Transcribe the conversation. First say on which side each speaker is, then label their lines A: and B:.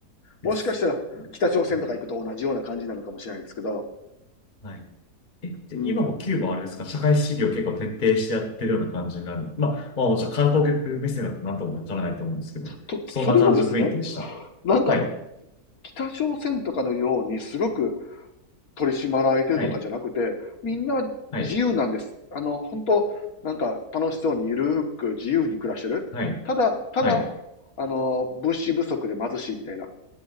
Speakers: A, on the left; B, on the left.
A: です。
B: もしかしたら北朝鮮とか行くと同じような感じなのかもしれないんですけど、
A: うん、はい。え、で、
B: うん。
A: 今もキューバはあれですか、社会主義を結構徹底してやってるような感じになる。まあ、まあもちろん観光客目線だと何ともわからないと思うんですけど、
B: と、
A: そんな感じの雰囲気でした。
B: それがですね、なんか、
A: はい、
B: 北朝鮮とかのようにすごく取り締まられてるとかじゃなくて、
A: はい、
B: みんな自由なんです。
A: はい、
B: あの、本当なんか楽しそうにゆるーく自由に暮らしてる。
A: はい、
B: ただ、ただ、
A: はい、
B: あの、物資不足で貧しいみたいな。